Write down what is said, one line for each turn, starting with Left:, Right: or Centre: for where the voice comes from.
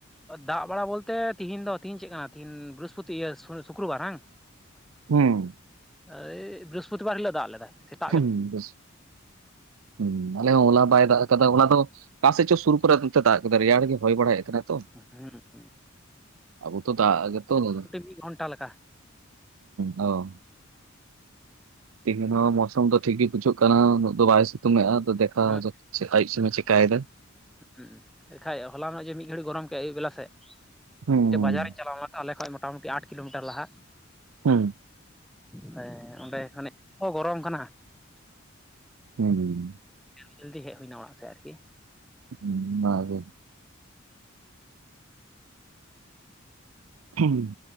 Centre: ᱫᱟᱜ ᱵᱟᱲᱟ ᱵᱚᱞᱛᱮ ᱛᱤᱦᱤᱧ ᱫᱚ ᱛᱤᱦᱤᱧ ᱪᱮᱫ ᱠᱟᱱᱟ ᱛᱤᱦᱤᱧ ᱵᱤᱨᱟ. ᱥᱯᱚᱛᱤᱣᱟᱨ ᱤᱭᱟᱹ ᱥᱩᱠᱩᱨᱣᱟᱨ ᱵᱟᱝ ᱾
Right: ᱩᱸ ᱾
Centre: ᱮᱭ ᱵᱤᱨᱟ. ᱥᱯᱚᱛᱤᱣᱟᱨ ᱦᱤᱞᱳ ᱫᱟᱜ ᱞᱮᱫᱟᱭ ᱾
Right: ᱦᱩᱸ ᱵᱟ. ᱥ, ᱦᱩᱸ ᱟᱞᱮ ᱦᱚᱸ ᱦᱚᱞᱟ ᱵᱟᱭ ᱫᱟᱜ ᱠᱟᱫᱟ ᱚᱱᱟ ᱫᱚᱼᱼ ᱚᱠᱟᱥᱮᱫ ᱪᱚ ᱥᱩᱨ ᱠᱚᱨᱮ ᱱᱚᱛᱮ ᱫᱟᱜ ᱠᱮᱫᱟᱭ ᱨᱮᱭᱟᱲ ᱜᱮ ᱦᱚᱭ ᱵᱟᱲᱟᱭᱮᱫ ᱠᱟᱱᱟ ᱛᱚ ᱾
Centre: ᱦᱮᱸ ᱦᱮᱸ
Right: ᱟᱵᱚ ᱛᱚ ᱫᱟᱜ ᱜᱮ ᱛᱚ ᱦᱩᱸ
Centre: ᱢᱤᱫ ᱜᱷᱚᱱᱴᱟ ᱞᱮᱠᱟ
Right: ᱚ ᱾ ᱛᱤᱦᱤᱧ ᱦᱚᱸ ᱢᱳᱥᱚᱢ ᱫᱚ ᱴᱷᱤᱠ ᱜᱮ ᱵᱩᱡᱷᱟᱹᱜ ᱠᱟᱱᱟ ᱩᱱᱟᱹᱜ ᱫᱚ ᱵᱟᱭ ᱥᱤᱛᱩᱝ ᱮᱼᱟ ᱟᱫᱚ ᱫᱮᱠᱷᱟ
Centre: ᱦᱮᱸ
Right: ᱡᱟᱭ ᱾ ᱪᱮ ᱟ. ᱭᱩ ᱥᱮᱱᱮ ᱪᱮᱠᱟᱭᱮᱫᱟ ᱾
Centre: ᱦᱩᱸ ᱮᱱᱠᱷᱟᱡ ᱦᱚᱞᱟ ᱱᱚᱜ ᱡᱮ ᱢᱤᱫ ᱜᱷᱟᱹᱲᱤᱡ ᱜᱚᱨᱚᱢ ᱠᱮᱫ ᱟᱹᱭᱩᱵ ᱵᱮᱞᱟ ᱥᱮᱫ ᱢᱤᱫᱴᱮᱡ
Right: ᱦᱩᱸ
Centre: ᱵᱟᱡᱟᱨᱤᱧ ᱪᱟᱞᱟᱣ ᱞᱮᱱᱟ ᱾ ᱛᱚ ᱟᱞᱮ ᱠᱷᱚᱡ ᱢᱚᱴᱟᱢᱩᱴᱤ ᱟᱴ ᱠᱤᱞᱳᱢᱤᱴᱟᱨ ᱞᱟᱦᱟ ᱾
Right: ᱩᱸ ᱾
Centre: ᱦᱮᱸ ᱚᱸᱰᱮ ᱠᱷᱟ. ᱱᱤ ᱠᱚ ᱜᱚᱨᱚᱢ ᱠᱟᱱᱟ ᱾
Right: ᱦᱩᱸᱼᱦᱩᱸ ᱾
Centre: ᱡᱟ. ᱞᱫᱤ ᱦᱮᱡ ᱦᱩᱭ ᱮᱱᱟ ᱚᱲᱟᱜ ᱥᱮᱫ ᱨᱮᱜᱤ ᱾
Right: ᱦᱩᱸ ᱚᱱᱟᱜᱮ ᱾ ᱦᱩᱸ ᱾